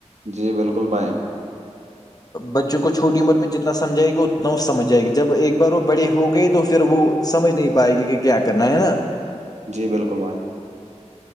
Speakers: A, on the right; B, on the left.
A: جی بالکل بھائی
B: بچوں کو چھوٹی عمر میں جتنا سمجائے گا اتنا اس سمجھ جائے گا جب ایک بار وہ بڑے ہو گئے تو پھر وہ سمجھ نہیں پائے گی کہ کیا کرنا ہے نا
A: جی بالکل بائیں